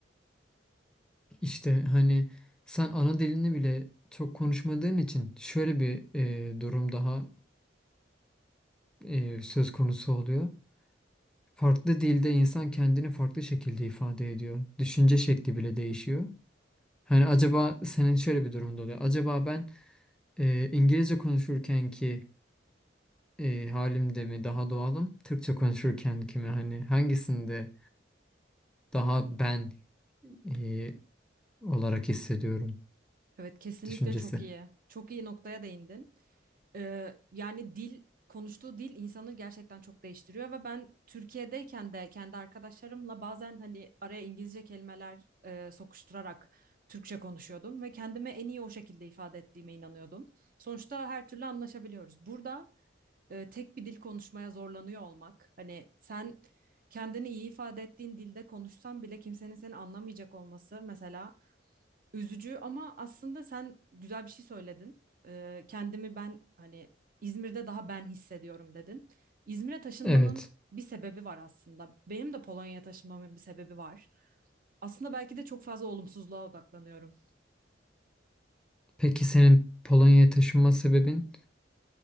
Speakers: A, in the centre; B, on the right.
A: İşte hani sen ana dilini bile çok konuşmadığın için şöyle bir eee, durum daha eee, söz konusu oluyor. Farklı dilde insan kendini farklı şekilde ifade ediyor. Düşünce şekli bile değişiyor. Hani acaba senin şöyle bir durumda oluyor. Acaba ben e, İngilizce konuşurken ki e, halimde mi daha doğalım? Türkçe konuşurken ki mi? Hani hangisinde daha ben e, olarak hissediyorum
B: Evet, kesinlikle
A: düşüncesi.
B: çok iyi. Çok iyi noktaya değindin. E, yani dil, konuştuğu dil insanı gerçekten çok değiştiriyor ve ben Türkiye'deyken de kendi arkadaşlarımla bazen hani araya İngilizce kelimeler e, sokuşturarak Türkçe konuşuyordum ve kendime en iyi o şekilde ifade ettiğime inanıyordum. Sonuçta her türlü anlaşabiliyoruz. Burada e, tek bir dil konuşmaya zorlanıyor olmak. Hani sen kendini iyi ifade ettiğin dilde konuşsan bile kimsenin seni anlamayacak olması mesela üzücü ama aslında sen güzel bir şey söyledin. E, kendimi ben hani İzmir'de daha ben hissediyorum dedin. İzmir'e taşınmanın
A: Evet.
B: bir sebebi var aslında. Benim de Polonya'ya taşınmamın bir sebebi var. Aslında belki de çok fazla olumsuzluğa odaklanıyorum.
A: Peki senin Polonya'ya taşınma sebebin?